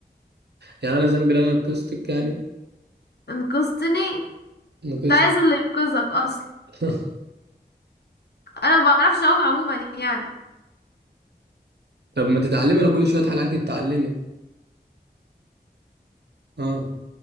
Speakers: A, on the right; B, on the left.
A: يعني أنا ذنبي إن أنا نقصتك يعني
B: انقذتني
A: نقصت
B: كنت عايز اللي ينقذك اصلا
A: <laughs>
B: انا ما بعرفش اعوم عموما يعني
A: طب ما تتعلمي أنا كل شوية حلقات تتعلمي أه